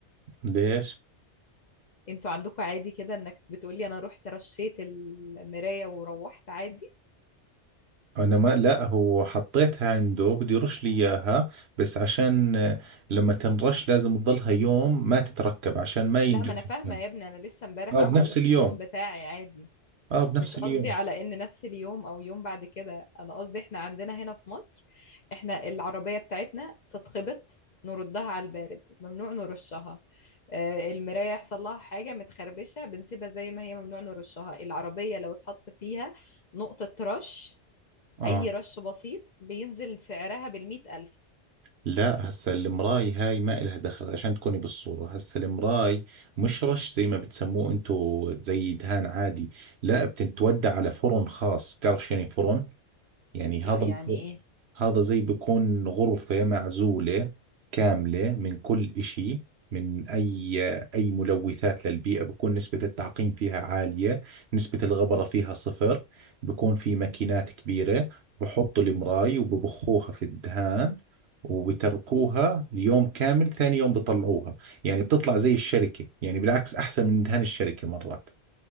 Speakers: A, on the right; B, on the left.
A: ليش
B: انتوا عندكم عادي كده انك بتقولي انا رحت رشيت المرايه وروحت عادي
A: أنا ما لا هو حطيتها عنده بده يرش لي إياها بس عشان آه، لما تنرش لازم تضلها يوم ما تتركب عشان ما ينجرح
B: لا ما انا فاهمه
A: الكلام.
B: يا ابني انا لسه امبارح
A: آه
B: عامله
A: بنفس
B: الاكسدام
A: اليوم
B: بتاعي عادي
A: آه بنفس
B: مش قصدي
A: اليوم
B: على ان نفس اليوم او يوم بعد كده انا قصدي احنا عندنا هنا في مصر احنا العربية بتاعتنا تتخبط نردها على البارد ممنوع نرشها آه، المراية يحصل لها حاجة متخربشة بنسيبها زي ما هي ممنوع نرشها العربية لو اتحط فيها نقطة رش
A: آه
B: أي رش بسيط بينزل سعرها بالمئة ألف
A: لا هسا المراي هاي ما إلها دخل عشان تكوني بالصورة هسا المراي مش رش زي ما بتسموه انتو زي دهان عادي لا بتتودى على فرن خاص بتعرف شو يعني فرن يعني
B: لا
A: هذا
B: يعني
A: الف...
B: إيه
A: هذا زي بكون غرفة معزولة كاملة من كل إشي من أي أي ملوثات للبيئة بكون نسبة التعقيم فيها عالية نسبة الغبرة فيها صفر بكون في ماكينات كبيرة بحطوا المراي وببخوها في الدهان وبتركوها ليوم كامل ثاني يوم بطلعوها يعني بتطلع زي الشركة يعني بالعكس أحسن من دهان الشركة مرات